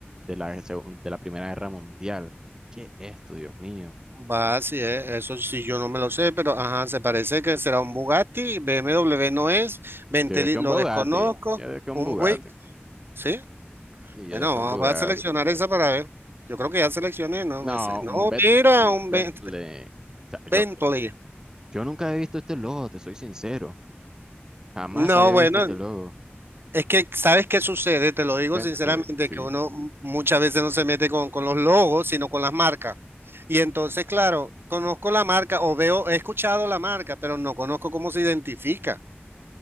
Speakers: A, on the right; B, on the right.
A: de la, segun- de la Primera Guerra Mundial. ¿Qué es esto, Dios mío?
B: Va, sí, eh, eso sí, yo no me lo sé, pero ajá, se parece que será un Bugatti, BMW no es, Bentley
A: Yo digo que un
B: lo
A: Bugatti.
B: desconozco,
A: Yo digo que un
B: un
A: Bugatti.
B: Buick, ¿sí?
A: Y yo
B: Bueno,
A: digo que un
B: vamos
A: Bugatti.
B: a seleccionar esa para ver. Yo creo que ya seleccioné, no
A: No,
B: me sé. No,
A: un, Bet-
B: mira,
A: un
B: un
A: Bentley.
B: Ben-
A: O sea, yo,
B: Bentley.
A: yo nunca había visto este logo, te soy sincero. Jamás
B: No,
A: había
B: bueno,
A: visto este logo.
B: es que sabes qué sucede, te lo digo
A: Bentley,
B: sinceramente,
A: sí.
B: que uno m- muchas veces no se mete con, con los logos, sino con las marcas. Y entonces, claro, conozco la marca o veo, he escuchado la marca, pero no conozco cómo se identifica.